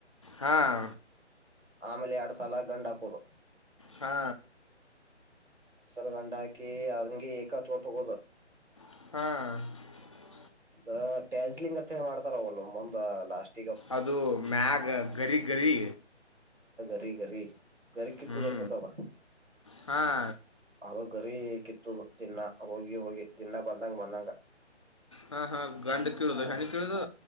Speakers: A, on the left; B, on the right.
A: ಹಾಂ
B: ಆಮೇಲೆ ಎರಡ್ ಸಲ ಗಂಡ್ ಹಾಕೋುದು
A: ಹಾ
B: ಸಲ ಗಂಡ ಹಾಕಿ ಹಂಗಗೆ ಏಕಾ ಚೋಟ್ ಹೋ <unintelligible> ಗೋುದ
A: ಹ್ಮ
B: ಅ ಟ್ಯಾಜ್ಲಿಂಗ್ ಹತ್ತನೆ ಮಾಡ್ತಾರ ಅವಲ್ಲ ಮುಂದ ಲಾಸ್ಟ್
A: ಅದು ಮ್ಯಾಗ ಗರಿ -ಗರಿ
B: ಕರಿಗರಿೀ <unintelligible> ಗರಿ ಕಿತ್ತು
A: ಹ್ಞೂ
B: ಬರ್ತತ್ವಾ
A: ಹಾಂ
B: ಅ <unintelligible> ಗರಿ ಕಿತ್ತುುದು ದಿನ್ನ ಹೋಗಿ ಹೋಗಿ ದಿನ್ನ ಬಂದಂಗ ಬಂದಂಗ
A: ಹಾ ಹಾ ಗಂಡ ಕಿಳುದು ಹೆಣ್ಣು ಕಿಳುದು